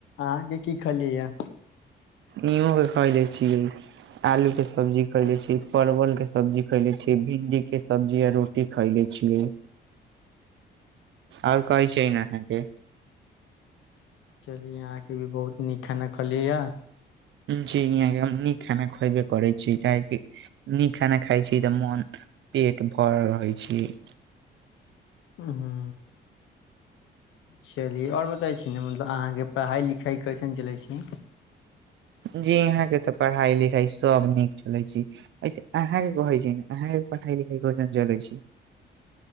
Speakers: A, on the left; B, on the right.
A: अहाँके की खेलियै या?
B: इहों के खैले छियै आलू के सब्जी खैले छी परवल के सब्जी खैले छी। भिंडी के सब्जी आ रोटी खैले छीयै। आओर कहै छै ने अहाँके।
A: चलि अहाँके भी बहुत नीक खाना खलियै या।
B: जी इहाँके हम नीक खाना खयबे करै छी काहे की नीक खाना खाइ छी तऽ मन पेट भरल रहै छीयै।
A: उं हूँ। चली आओर बताइ छी ना मतलब अहाँके पढ़ाइ लिखाइ कैसन चलै छै।
B: जी यहाँ के तऽ पढ़ाई लिखाई सब नीक चलै छै। ऐसे अहाँके कहै छी अहाँके पढ़ाई लिखाई कैसन चलै छै।